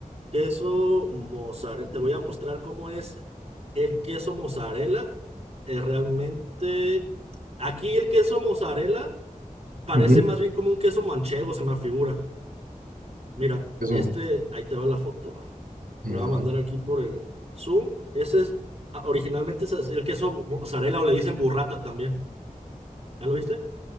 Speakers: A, on the right; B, on the right.
A: Queso mozzarella. Te voy a mostrar cómo es el queso mozzarella. Eh, realmente, aquí el queso mozzarella parece
B: ujú.
A: más bien como un queso manchego, se me figura. Mira,
B: Eso.
A: este, ahí te va la foto. Te
B: A
A: la
B: ver.
A: voy a mandar aquí por el Zoom. Ese es, ah, originalmente es el queso mozzarella o le dicen burrata también. ¿Ya lo viste?